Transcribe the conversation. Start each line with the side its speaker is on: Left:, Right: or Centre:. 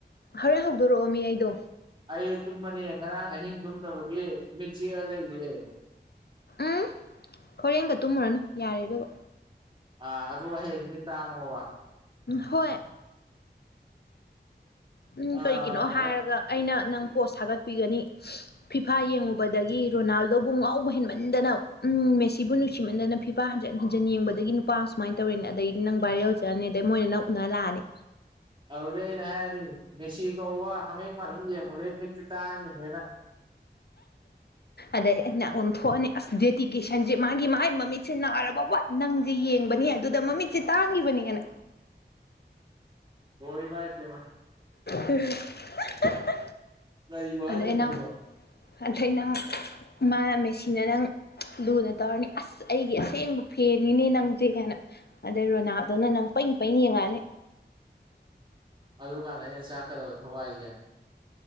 Left: ꯍꯔꯦꯟ ꯍꯧꯗꯣꯔꯛꯑꯣꯃꯤ ꯑꯩꯗꯣ
Right: ꯑꯩ ꯇꯨꯝꯃꯅꯤ ꯉꯔꯥꯡ ꯑꯍꯤꯡ ꯇꯨꯝꯗꯕꯒꯤ ꯃꯤꯠꯆꯤꯛꯑ ꯂꯩꯔꯤꯅꯦ
Left: ꯎꯝ ꯍꯣꯔꯦꯟꯒ ꯇꯨꯝꯃꯨꯔꯅꯨ ꯌꯥꯔꯦ ꯑꯗꯨꯒ
Right: ꯑꯥ ꯑꯗꯨ ꯍꯌꯦꯡ ꯃꯤꯠ ꯇꯥꯡꯉꯣꯕ
Left: ꯍꯣꯏ ꯎꯝ
Right: ꯑꯥ
Left: ꯀꯩꯒꯤꯅꯣ ꯍꯥꯏꯔꯒ ꯑꯩꯅ ꯅꯪ ꯄꯣꯁ ꯊꯒꯠꯄꯤꯒꯅꯤ ꯐꯤꯐꯥ ꯌꯦꯡꯉꯨꯕꯗꯒꯤ ꯔꯣꯅꯥꯜꯗꯣꯕꯨ ꯉꯥꯎꯕ ꯍꯦꯟꯃꯟꯗꯅ ꯎꯝ ꯃꯦꯁꯤꯕꯨ ꯅꯨꯡꯁꯤꯃꯟꯗꯅ ꯐꯤꯐꯥ ꯍꯟꯖꯟ ꯍꯟꯖꯟ ꯌꯦꯡꯕꯗꯒꯤ ꯅꯨꯄꯥ ꯑꯃ ꯁꯨꯃꯥꯏꯅ ꯇꯧꯔꯦꯅ ꯑꯗꯒꯤ ꯅꯪ ꯚꯥꯏꯔꯦꯜ ꯆꯠꯂꯅꯤ ꯑꯗꯩ ꯃꯣꯏꯅ ꯅꯪ ꯎꯅ ꯂꯥꯛꯑꯅꯤ
Right: ꯑꯗꯨꯗꯩ ꯑꯩꯅ ꯍꯥꯏꯔꯅꯤ ꯃꯦꯁꯤꯗꯣ ꯋꯥ ꯕꯦꯠ ꯃꯟꯕ ꯑꯃ ꯌꯦꯡꯉꯨꯕꯗꯒꯤ ꯃꯤꯠꯇꯤ ꯇꯥꯡꯉꯤꯕꯅꯦꯅ
Left: ꯑꯗꯩ ꯑꯩꯅ ꯑꯣꯟ ꯊꯣꯛꯑꯅꯤ ꯑꯁ ꯗꯦꯗꯤꯀꯦꯁꯟꯁꯦ ꯃꯥꯒꯤ ꯃꯥꯏꯒꯤ ꯃꯃꯤꯠ ꯁꯦ ꯅꯥꯔꯕ ꯐꯥꯎꯕ ꯅꯪꯁꯦ ꯌꯦꯡꯕꯅꯤ ꯑꯗꯨꯗ ꯃꯤꯠꯁꯦ ꯇꯥꯡꯉꯤꯕꯅꯤꯅ
Right: ꯍꯣꯏ ꯢꯃꯥꯥꯏ ꯄꯦꯝꯃ
Left: <unintelligible>
Right: ꯀꯔꯤꯕꯨ ꯍꯥꯢꯗꯣꯢꯅꯣ
Left: ꯑꯗꯩ
Right: ꯑꯩꯕꯣ
Left: ꯅꯪ ꯑꯗꯩ ꯅꯪ ꯃꯥꯅ ꯃꯦꯁꯤꯅ ꯅꯪ ꯂꯨꯅ ꯇꯧꯔꯅꯤ ꯑꯁ ꯑꯩꯒꯤ ꯑꯁꯦꯡꯕ ꯐꯦꯟꯅꯤꯅꯦ ꯅꯪꯁꯦ ꯀꯥꯏꯅ ꯑꯗꯩ ꯔꯣꯅꯥꯜꯗꯣꯅ ꯅꯪ ꯄꯩ ꯄꯩꯅ ꯌꯦꯡꯉꯛꯑꯅꯤ
Right: ꯑꯗꯨ ꯀꯥꯟꯗ ꯑꯩꯅ ꯆꯥꯛꯀꯗꯕ ꯊꯋꯥꯏꯁꯦ